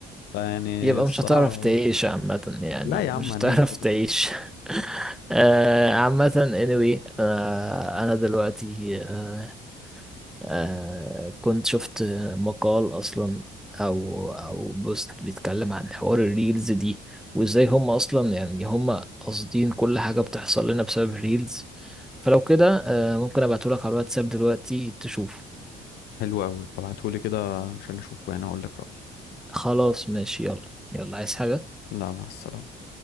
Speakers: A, on the left; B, in the centre.
A: فيعني
B: يبقى
A: الصراحة
B: مش هتعرف تعيش عامة يعني
A: لا يا عم
B: مش
A: هنعيش
B: هتعرف
A: برضه
B: تعيش <laughs> آه، عامة anyway آه، انا دلوقتي آه، آه كنت شفت مقال اصلا او او بوست بيتكلم عن حوار الريلز دي وازاي هم اصلا يعني هم قاصدين كل حاجة بتحصل لنا بسبب الريلز فلو كده آه ممكن ابعتهولك على الواتساب دلوقتي تشوف
A: حلو قوي ببعتهولي كده عشان اشوفه يعني اقول لك رأيي
B: خلاص ماشي يلا يلا عايز حاجة
A: لا مع السلامة